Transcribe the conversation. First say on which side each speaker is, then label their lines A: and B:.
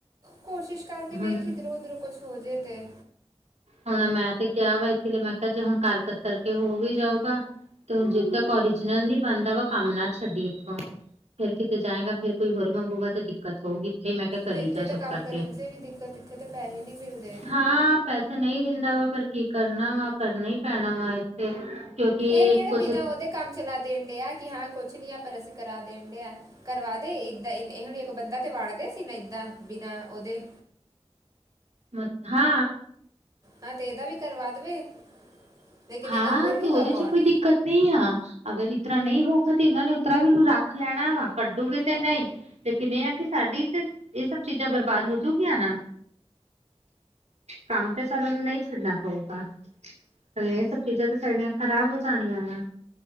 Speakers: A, on the right; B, on the right.
A: ਕੋਸ਼ਿਸ਼ ਕਰਕੇ ਵੇਖ
B: ਹੁਣ,
A: ਇਧਰੋਂ ਉਧਰੋਂ ਕੁਛ ਹੋ ਜੇ ਤੇ
B: ਹੁਣ ਮੈਂ ਤੇ ਕਿਹਾ ਵਾ ਇਸ ਲਈ ਮੈਂ ਕਿਹਾ ਜੇ ਹੁਣ ਕਰ ਕਤਰ ਕੇ ਹੋ ਵੀ ਜਾਊਗਾ। ਜਦੋਂ ਤੱਕ ਓਰੀਜਨਲ ਨ ਬਣਦਾ ਵਾ ਕੰਮ ਨਾ ਛੱਡੀ ਇੱਥੋਂ ਫੇਰ ਕਿਤੇ ਜਾਏਗਾ ਫੇਰ ਕੋ ਹੋਰ ਮੰਗੂਗਾ ਤਾਂ ਦਿੱਕਤ ਹੋਊਗੀ ਇੱਥੇ ਮੈਂ ਕਿਹਾ ਕਰੀ
A: ਤੇ ਇੱਥੇ
B: ਜਾ
A: ਤੇ
B: ਚੁੱਪ
A: ਕੰਮ
B: ਕਰਕੇ
A: ਕਰਨ 'ਚ ਵੀ ਦਿੱਕਤ ਇੱਥੇ ਤੇ ਪੈਸੇ ਨਹੀਂ ਮਿਲਦੇ
B: ਹਾਂ। ਪੈਸੇ ਨਹੀਂ ਦਿੰਦਾ ਵਾ ਪਰ ਕੀ ਕਰਨਾ ਵਾ ਕਰਨਾ ਹੀ ਪੈਣਾ ਵਾ ਏ। ਤੇ ਕਿਉਂਕਿ
A: ਇਹ
B: ਇੱਕ
A: ਕਿਹੜਾ
B: ਕੁਛ
A: ਬਿਨਾ ਉਹਦੇ ਕੰਮ ਚਲਾ ਦੇਣ ਡਿਆ ਕਿ ਹਾਂ ਕੁਛ ਨੀ ਆ ਪਰ ਅਸੀਂ ਕਰਾ ਦੇਣ ਡਿਆ। ਕਰਵਾ ਦੇ ਏਦਾਂ ਇਹ ਹੁ ਇੱਕ ਬੰਦਾ ਤੇ ਵੜਦੇ ਸੀ ਨਾ ਏਦਾਂ ਬਿਨਾ ਉਹਦੇ
B: ਮ ਹਾਂ।
A: ਹਾਂ ਤੇ ਇਹਦਾ ਵੀ ਕਰਵਾ ਦੇਵੇ। ਲੇਕਿਨ
B: ਹਾਂ
A: ਇਹ ਗੱਲ ਬੋਲੂਗਾ
B: ਤੇ ਉਹਦੇ 'ਚ
A: ਕੌਣ
B: ਕੋਈ ਦਿੱਕਤ ਨਹੀਂ ਆ। ਅਗਰ ਇਤਰ ਨਹੀਂ ਹੋਊਗਾ ਤੇ ਇਹਨਾਂ ਨੇ ਉਤਰਾ ਵੀ ਉਹਨੂੰ ਰੱਖ ਲੈਣਾ ਵਾ ਕੱਢੂਗੇ ਤੇ ਨਹੀਂ। ਲੇਕਿਨ ਇਹ ਆ ਕਿ ਸਾਡੀ ਤੇ ਇਹ ਸਭ ਚੀਜ਼ਾਂ ਬਰਬਾਦ ਹੋਜੂਗੀਆਂ ਨਾ। ਕੰਮ ਤਾਂ ਚਲਣ ਨਹੀਂ ਛਡਣਾ ਭਊਗਾ। ਲਗ ਇਹ ਸਭ ਚੀਜ਼ਾਂ ਸਾਡੀਆਂ ਖਰਾਬ ਹੋ ਜਾਣੀਆਂ ਵਾ।